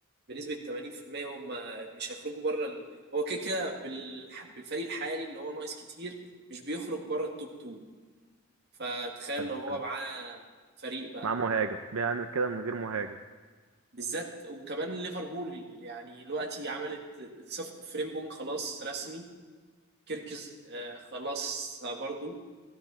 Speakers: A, on the right; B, on the right.
A: بنسبه 80% هم مش هيخرجوا بره ال... هو كده كده بال... بالفريق الحالي اللي هو ناقص كتير مش بيخرج بره التوب 2 فتخيل
B: أيوة
A: لو هو
B: فعلا.
A: معاه فريق بقى
B: مع مهاجم بيعمل كده من غير مهاجم
A: بالذات وكمان ليفربول يعني دلوقتي عملت صف فريمبونج خلاص رسمي كيركز آه، خلاص برضو